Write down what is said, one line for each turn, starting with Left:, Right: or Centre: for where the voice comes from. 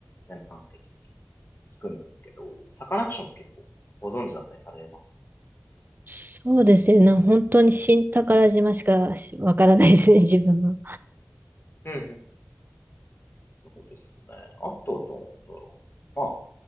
Left: 全般的に聴くんですけど、サカナクションって結構ご存知だったりされます
Right: そうですね。な本当に新宝島しかしわからないですね、<laughs> 自分は。
Left: うんうんそうですね。あとどうだろう。ま